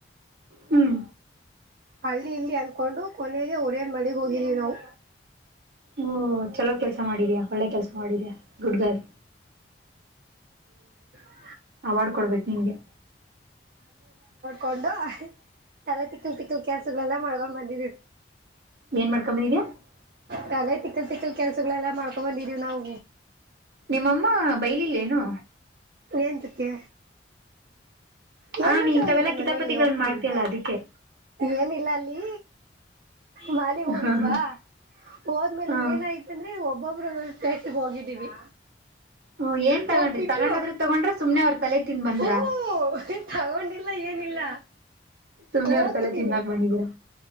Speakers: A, on the right (about 70°); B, on the right (about 55°).
A: ಹ್ಮ್
B: ಅಲ್ಲಿ ಇಲ್ಲಿ ಅಂದ್ಕೊಂಡು ಕೊನೆಗೆ ಓರಿಯನ್ ಮಾಲ್ ಗೆ ಹೋಗಿದ್ವಿ ನಾವು
A: ಹಓ ಚಲೋ ಕೆಲ್ಸ ಮಾಡಿದ್ಯಾ ಒಳ್ಳೆ ಕೆಲ್ಸ ಮಾಡಿದ್ಯಾ
B: <inaudible>
A: ಗುಡ್ ಗರ್ಲ್
B: ಹ
A: ಅವಡ್ ಕೊಡ್ಬೇಕು ನಿಮ್ಗೆ
B: ಕೊಂಡು ತಲೆ ತಿಕಕ್ಕಲ್ ತಿಕಕ್ಕಲ್ ಕೆಲಸಗಳೆಲ್ಲ ಮಾಡ್ಕೊಂಡ್ ಬಂದಿದ್ದೀ
A: ಏನ್ ಮಾಡ್ಕೊಂಡ್ ಬಂದಿದ್ಯಾ
B: ತಳೆ ತಿಕ್ಕಲ್ ತಿಕ್ಕಲ್ ಕೆಲ್ಸಗಳೆಲ್ಲ ಮಾಡ್ಕೊ ಬಂದಿದೀವಿ ನಾವು
A: ನಿಮ್ಮಮ್ಮ ಬೈಲುಲೇನು
B: ಎಂತಕೆ ಹೇಳ್ಬಿಟ್ಟು
A: ಆ ನೀ ಇಂಥವೆಲ್ಲಾ
B: ಹೋಗಿದ್ದ
A: ಕಿತಾಪತಿಗಳನ್ನ
B: ಮನೆಯಲ್ಲಿ ಹೋಗ್ತೀನಿ
A: ಮಾಡ್ತಿಯಲ್ಲ ಅದಕ್ಕೆ
B: ಏನಿಲ್ಲ ಅಲ್ಲಿ ಮಾಲೆಗ್ ಹೋಗಿದ್ವಾ
A: ಹ
B: ಹೋದ್ಮೇಲೆ
A: ಹ
B: ಏನಾಯ್ತಂದ್ರೆ ಒಬ್ಬ ಒಬ್ಬೊಬ್ಬ್ರ ಸೆಟ್ಟಿಗೆ ಹೋಗಿದ್ದೀವಿ
A: ಹ ಏನ್ ತಗೊಂಡ್ರಿ
B: ಹೋಗ್ಬಿಟ್ಟು
A: ತಗೊಂಡದ್ರ ತಗೊಂಡ್ರ ಸುನೆ ತಲೆ ತಿನ್ ಬಂದ್ರ
B: ಓಹೋ ತಗೊಂಡಿಲ್ಲ ಏನಿಲ್ಲ
A: ಸುಮ್ನೆವ್ರ
B: ಹೋಗಿದ್ದೀವಿ
A: ತಲೆ ತಿನ್ನಾಕ ಬಂದಿದೀರಾ